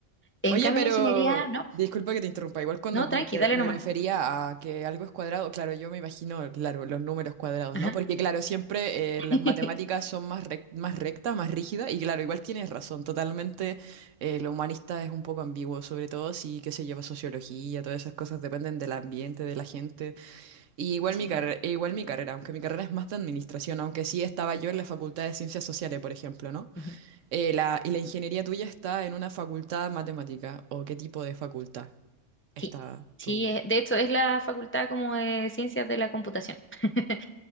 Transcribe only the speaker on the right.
Oye,
pero
disculpa que te interrumpa. Igual cuando
me,
te-
me
refería a que algo es cuadrado, claro, yo me imagino, claro, los números cuadrados,
¿no? Porque claro, siempre
eh, las matemáticas son más, rec- más rectas, más rígidas, y claro, igual tienes razón, totalmente eh, lo humanista es un poco ambiguo, sobre todo si, qué se lleva sociología, todas esas cosas dependen del ambiente, de la gente. Y igual
mi carrera, igual mi carrera, aunque mi carrera es más de administración, aunque sí estaba yo en la Facultad de Ciencias Sociales, por ejemplo, ¿no?
Eh, la, ¿y la ingeniería tuya está en una facultad de matemática? ¿O qué tipo de facultad está
tú?